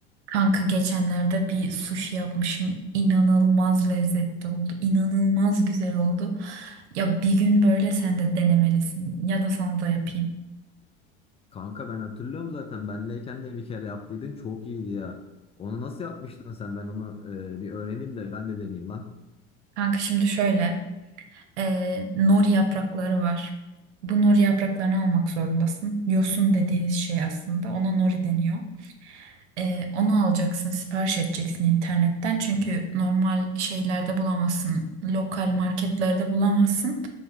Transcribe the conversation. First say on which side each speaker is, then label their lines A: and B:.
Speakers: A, on the right; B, on the left.
A: Kanka geçenlerde bir sushi yapmışım. İnanılmaz lezzetli oldu. İnanılmaz güzel oldu. Ya bir gün böyle sen de denemelisin. Ya da sana da yapayım.
B: Kanka ben hatırlıyorum zaten benleyken de bir kere yaptıydın çok iyiydi ya. Onu nasıl yapmıştın sen? Ben onu e, bir öğreneyim de ben de deneyeyim lan.
A: Kanka şimdi şöyle. E, nori yaprakları var. Bu nori yapraklarını almak zorundasın. Yosun dediğiniz şey aslında. Ona nori deniyor. Ee, onu alacaksın, sipariş edeceksin internetten. Çünkü normal şeylerde bulamazsın. Lokal marketlerde bulamazsın.